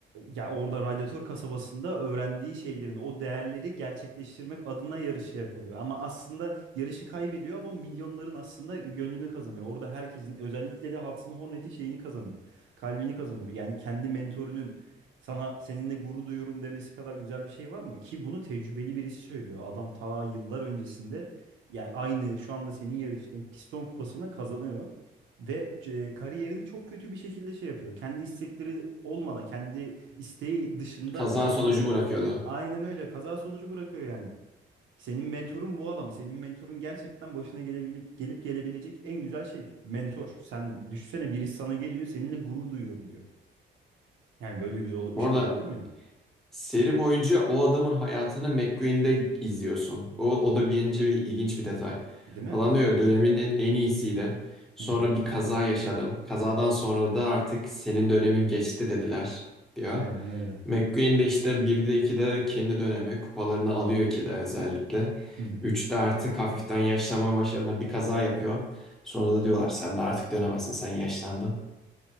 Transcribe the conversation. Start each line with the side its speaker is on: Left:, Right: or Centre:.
Right: ya orada radyatör kasabasında öğrendiği şeylerin o değerleri gerçekleştirmek adına yarışıya kalıyor. Ama aslında yarışı kaybediyor ama milyonların aslında gönlünü kazanıyor. Orada herkesin özellikle de Hudson Hornet'in şeyini kazanıyor. Kalbini kazanıyor. Yani kendi mentorunun sana seninle gurur duyuyorum demesi kadar güzel bir şey var mı? Ki bunu tecrübeli birisi söylüyor. Adam ta yıllar öncesinde yani aynı şu anda senin yarıştığın piston kupasını kazanıyor. Ve e, kariyerini çok kötü bir şekilde şey yapıyor. Kendi istekleri olmadan, kendi isteği dışında
Centre: kaza
Right: bir şekilde
Centre: sonucu bırakıyordu.
Right: aynen öyle kaza sonucu bırakıyor yani. Senin mentorun bu adam. Senin mentorun gerçekten başına gelebil gelip gelebilecek en güzel şey. Mentor. Sen düşünsene birisi sana geliyor, seninle gurur duyuyorum diyor. Yani böyle güzel ol-
Centre: Bu
Right: bir şey
Centre: arada
Right: olabilir mi?
Centre: seri boyunca o adamın hayatını McQueen'de izliyorsun. O, o da bence bir ilginç bir detay.
Right: Değil mi?
Centre: Adam diyor döneminin en iyisiydim. Sonra
Right: Hı hı.
Centre: bir kaza yaşadım. Kazadan sonra da artık senin dönemin geçti dediler diyor.
Right: Aynen öyle.
Centre: McQueen de işte 1'de 2'de kendi dönemi kupalarını alıyor ki de özellikle.
Right: Hı hı.
Centre: üçte artık hafiften yaşlanma başladığında bir kaza yapıyor. Sonra da diyorlar sen de artık dönemezsin sen yaşlandın.